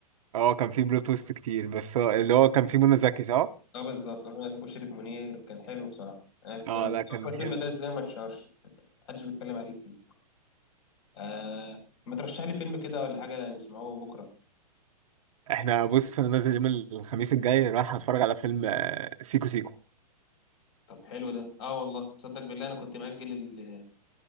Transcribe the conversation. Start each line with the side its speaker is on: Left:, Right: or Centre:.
Right: اه كان فيه بلوت تويست كتير بس هو- اللي هو كان فيه منى زكي صح؟
Left: اه بالظبط أنا شريف منير كان حلو بصراحة الفيلم
Right: اه لا كان
Left: الفيلم
Right: حلو
Left: ده ازاي ما اتشهرش محدش بيتكلم عليك فيه آه ما ترشح لي فيلم كده ولا حاجة نسمعوه بكرة
Right: احنا بص انا نازل يوم الخميس الجاي رايح اتفرج على فيلم آه، سيكو سيكو
Left: طب حلو ده اه والله تصدق بالله انا كنت مأجل ال-